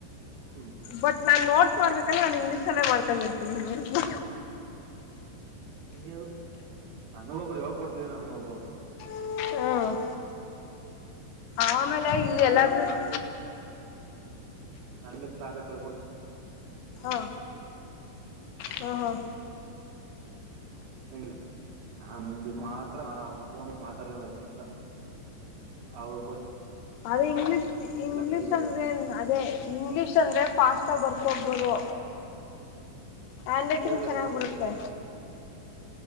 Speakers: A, on the right (about 80°); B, on the left (about 85°).
A: ಹ್ಮ್
B: ಬಟ್ ನಾ ನೋಟ್. ಮಾಡ್ಬೇಕಂದ್ರೆ ನಾನ್ ಇಂಗ್ಲೀಷ್ಲ್ಲೇ ಮಾಡ್ಕೊಂಡ್ರ್ತೀನಿ ನೋಡಿ. <inaudible>
A: ಹೇಳ್ ನನಗೊಬ್ರು ಯಾವಾಗ ಕೊಡ್ತಿದರಾ ನನಗೊಬ್ರು.
B: ಹ್ಮ ಆಮೇಲೆ ಇಲ್ಲಿ ಎಲ್ಲಾರ್ನು. <inaudible>
A: ನನ್ ಬಷ್ಟ <inaudible> ಕಳ್ಕೊಡ್ತ.
B: ಹ ಹ.
A: ಇಲ್ಲ <inaudible> ಮಾತ್. ಫೋನ್ ಮಾತಾಡ ಒಂದ ಹತುನಿಮಿಷ ಅವಳ.
B: ಅದ ಇಂಗ್ಲಿಷ್ ಇಂಗ್ಲಿಷ್
A: ಕಲಿಯಿಂದ
B: ಅಂದ್ರೆ ಅದೇ ಇಂಗ್ಲಿಷ್ ಅಂದ್ರೆ. ಫಾಸ್ಟಾಗಿ ಬರ್ಕೋಬೊದು. ಹ್ಯಾಂಡ್ ರೈಟಿಂಗ್
A: ಮುಗ
B: ಚೆನ್ನಾಗ್
A: ನೋಡು ಅಂದ
B: ಬರತ್ತೆ.